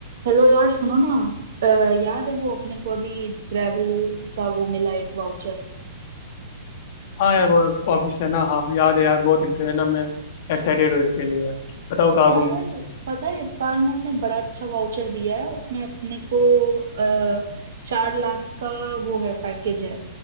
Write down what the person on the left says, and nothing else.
हाँ यार वो ऑफिस है ना हाँ याद है यार बहुत इंटरेस्ट है ना मैं एक्साइटेड हूँ इसके लिए यार बताओ कहाँ
घूमना है